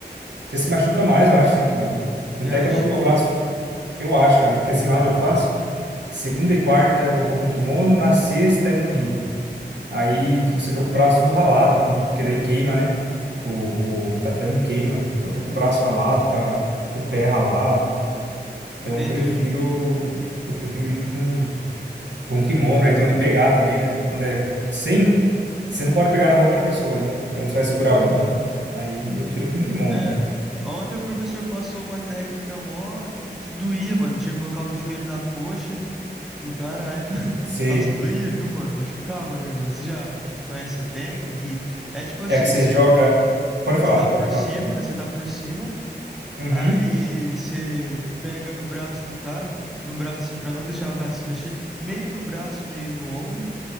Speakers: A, on the right (about 85°); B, in the centre.
A: você se machuca mais, eu acho, sem o kimono.
B: Você
A: Tanto
B: acha?
A: é que eu tô com meu braço Eu acho, cara, porque assim, lá onde eu faço, segunda e quarta eu vou com kimono, na sexta é no gi. Aí, tipo, você tô com o braço do ralado aqui, porque daí queima, né? O, o tatame queima. Então eu tô com o braço ralado, com, a- com o pé ralado. Então
B: Entendi.
A: eu prefiro, eu prefiro ir com, com kimono. Aí tem onde pegar também, né? Porque quando é sem, você não pode pegar na roupa da pessoa, né? Então você vai segurar
B: Aham.
A: onde? Aí eu prefiro com kimono,
B: É.
A: cara.
B: Ontem o professor passou uma técnica mó que, que doía, mano. Tinha que colocar o joelho na coxa Do caralho. <laughs>
A: Sei.
B: Nossa, doía, viu, mano? Machucava o negócio. Você já conhece a técnica que é tipo assim,
A: É que você
B: você,
A: joga. Pode falar,
B: você tá por
A: pode falar.
B: cima, você tá por cima,
A: Uhum,
B: aí você pega no braço do cara, o- no braço assim, pra não deixar o cara se mexer, meio no braço e meio no ombro,